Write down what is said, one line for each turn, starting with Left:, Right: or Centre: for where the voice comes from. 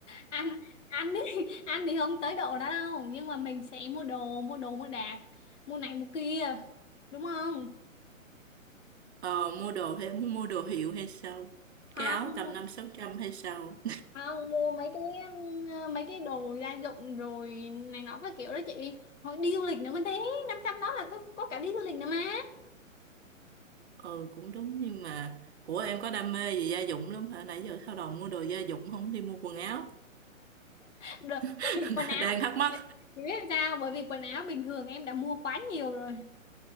Left: anh anh đi <laughs> anh thì không tới độ đó đâu nhưng mà mình sẽ mua đồ mua đồ mua đạc mua này mua kia đúng không
Right: ờ, mua đồ thì em muốn mua đồ hiệu hay sao
Left: không
Right: cái áo tầm năm sáu trăm hay sao
Left: à, mua mấy cái um, mấy cái đồ gia dụng rồi này nọ các kiểu đó chị hồi đi du lịch nữa còn thế năm trăm đó là có, có cả đi du lịch nữa mà
Right: <laughs> ừ cũng đúng nhưng mà của em có đam mê gì gia dụng lắm hả nãy giờ sao đầu mua đồ gia dụng không đi mua quần áo
Left: rồi
Right: <laughs>
Left: bởi vì quần áo
Right: đang thắc mắc
Left: Đấy, chị biết làm sao bởi vì quần áo bình thường em đã mua quá nhiều rồi